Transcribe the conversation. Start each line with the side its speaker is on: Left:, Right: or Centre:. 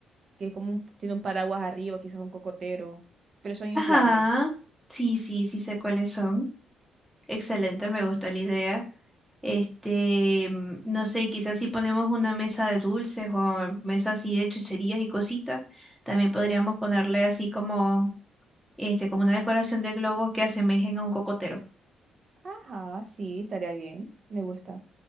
Right: que es como un- tiene un paraguas arriba, quizás un cocotero, pero son inflables.
Centre: Ajá. Sí, sí, sí sé cuáles son. Excelente, me gusta la idea. Este, mm, no sé, y quizás si ponemos una mesa de dulces o mesa así de chucherías y cositas, también podríamos ponerle así como, este, como una decoración de globos que asemejen a un cocotero.
Right: Ajá, sí, estaría bien, me gusta.